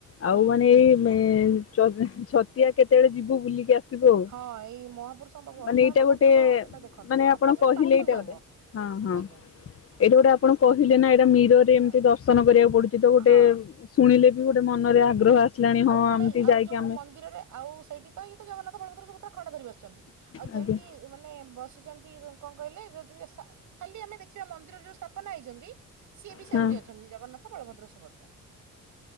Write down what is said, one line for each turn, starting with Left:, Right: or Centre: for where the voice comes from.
Left: ଆଉ
Right: ହୁଁ।
Left: ମାନେ ଏଇ ଚ ଛତିଆ କେତେବେଳେ ଯିବୁ ବୁଲିକି ଆସ ଆସିବୁ ଆଉ।
Right: ହଁ ଏଇ ମହାପୁରୁଷଙ୍କ ପାଖକୁ ଅଚ୍ୟୁତାନନ୍ଦ
Left: ମାନେ ଏଇଟା ଗୋଟେ
Right: ମହାପୁରୁଷ ଏଟା ଦେଖନ୍ତୁ
Left: ମାନେ
Right: ହଁ
Left: ଆପଣ
Right: ଆପଣଙ୍କ ସେଇଠି
Left: କହିଲେ
Right: ପାଖ
Left: ଏଇଟା
Right: ବି ହବ।
Left: ଗୋଟେ ହଁ ହଁ।
Right: ଆଜ୍ଞା
Left: ଏଇଟା ଗୋଟେ ଆପଣ କହିଲେ ନା ଏଇଟା ମିରରେ
Right: ହଁ
Left: ଏମିତି ଦର୍ଶନ କରିବାକୁ ପଡୁଛି ତ ଗୋଟେ
Right: ହଁ
Left: ଶୁଣିଲେ ବି ଗୋଟେ ମନରେ ଆଗ୍ରହ
Right: ହୁଁ
Left: ଆସିଲାଣି ହଁ
Right: ଆଉ
Left: ଏମିତି
Right: ନାଇଁ ଆଉ
Left: ଯାଇକି
Right: ଯୋଉ
Left: ଆମେ
Right: ମନ୍ଦିରରେ ଆଉ ସେଇଠି ତ ଇଏ ତ ଜଗନ୍ନାଥ ବଳଭଦ୍ର ସୁଭଦ୍ରା ଖଣ୍ଡ ଧରି ବସିଛନ୍ତି। ଆଉ ଯେମିତି
Left: ଆଜ୍ଞା
Right: ମାନେ ବସି ବସିଛନ୍ତି କଣ କହିଲେ ଯଦି ଖାଲି ଆମେ ଦେଖିବା ମନ୍ଦିରର ଯୋଉ ସ୍ଥାପନା ହେଇଛନ୍ତି ସିଏ ବି
Left: ହଁ।
Right: ସେମିତି ଅଛନ୍ତି ଜଗନ୍ନାଥ, ବଳଭଦ୍ର, ସୁଭଦ୍ରା।